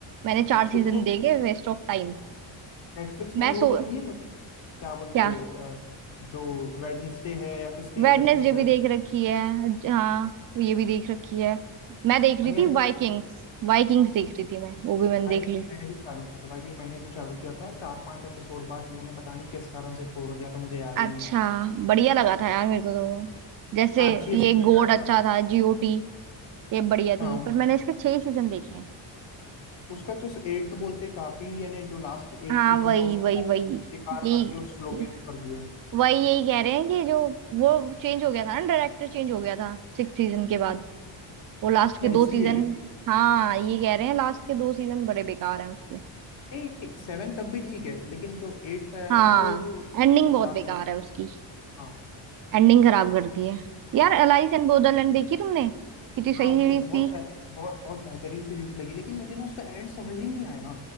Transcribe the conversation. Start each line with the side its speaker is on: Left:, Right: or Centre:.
Right: मैंने चार सीजन
Left: तो तूने
Right: देखे वेस्ट ऑफ टाइम
Left: नेटफ्लिक्स
Right: मैं
Left: में वो
Right: सो
Left: देखी है तो क्या बोलते
Right: क्या
Left: हैं, अ, जो वेडनेसडे है या फिर स्ट्रेंजर
Right: वेडनेसडे
Left: थिंग्स है
Right: भी देख रखी है ज- हाँ ये भी देख रखी है मैं देख रही
Left: मनी
Right: थी वाइकिंग्स वाइकिंग्स देख रही थी मैं वो भी मैंने
Left: वाइकिंग्स
Right: देख ली
Left: मैंने भी चालू किया था वाइकिंग मैंने भी चालू किया था चार पांच एपिसोड बाद मैंने पता नहीं किस कारण से छोड़ दिया था मुझे याद
Right: अच्छा
Left: ही नहीं आ रहा
Right: बढ़िया लगा था यार मेरे को तो वो। जैसे
Left: हाँ अच्छी है सुनने
Right: ये गोट
Left: में आया
Right: अच्छा
Left: था
Right: था जीओटी ये बढ़िया थी
Left: हाँ वो
Right: पर मैंने इसके छह ही सीजन देखे हैं
Left: उसका तो एट्थ बोलते काफी यानी जो लास्ट एट
Right: हाँ
Left: सीजन
Right: वही
Left: था उसको
Right: वही वही
Left: काफी बेकार
Right: यही
Left: कर दिया और स्लो पेस कर दिया
Right: वही यही कह रहे हैं कि जो वो चेंज हो गया था ना डायरेक्टर चेंज हो गया था सिक्स सीजन के बाद वो लास्ट
Left: अच्छा
Right: के दो
Left: इसलिए
Right: सीजन
Left: क्या
Right: हाँ ये कह रहे हैं लास्ट के दो सीजन बड़े बेकार हैं उसके
Left: नहीं सेवन तब भी ठीक है लेकिन जो एट्थ है
Right: हाँ
Left: ना वो उसे
Right: एंडिंग बहुत
Left: खराब
Right: बेकार
Left: कर दिया
Right: है उसकी
Left: हाँ
Right: एंडिंग खराब कर दी है यार एलाइस एंड बोदरलैंड देखी तुमने कितनी सही
Left: हाँ वो
Right: सीरीज
Left: तो बहुत
Right: थी
Left: बहुत बहुत बेहतरीन सीरीज लगी लेकिन मुझे ना उसका एंड समझ ही नहीं आया